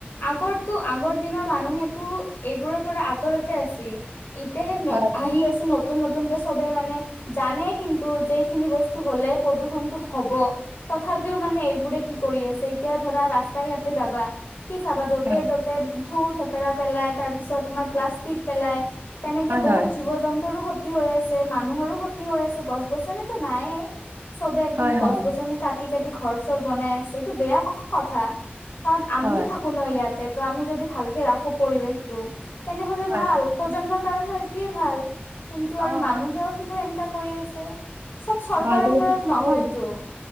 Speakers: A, on the left; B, on the right.
A: আগতো, আগৰ দিনৰ মানুহেতো এইবোৰৰ পৰা আঁতৰতে আছিল। ইতিয়ােহে ন,
B: হয়,
A: আহি আছে নহ নতুন নতুনকে চবে মানে জানে কিন্তু, যেখিনি বস্তু হলে প্ৰদূৰণতটো হব। তথাপিও মানে এইবোৰে কি কৰি আছে, এতিয়া ধৰা ৰাস্তাই ঘাটে যাবা, কি চাবা য'তে
B: হয়,
A: ত'তে থু থেপেৰা পেলাই, তাৰ পিছত তোমাৰ প্লাষ্টিক পেলাই তেনেকে
B: হয়,
A: বহুত
B: হয়,
A: জীৱ জন্তুৰো। ক্ষতি হৈ আছে, মানুহৰো ক্ষতি হৈ আছে, গছ-গছনিতো নাইে। চবে একদম
B: হয়,
A: গছ-গছনি
B: হয়,
A: কাটি কাটি কাটি ঘৰ চৰ বনাই আছে। এইটো বেয়া কথা, কাৰণ আমি
B: হয়,
A: পুনৰ ইয়াতে ত' আমি যদি ভালকে ৰাখো পৰিৱেশ টো তেনেহলে
B: হয়,
A: ভাল। প্ৰজন্মৰ কাৰণে এইটোৱে ভাল কিন্তু আৰু
B: অ',
A: মানুহেও
B: হয়,
A: খিনিও এনেকা কৰি আছে। চব চৰকাৰৰ
B: হয়, তুমি
A: ওপৰত
B: ঠিক কথাই
A: নহয়তো
B: কৈছা।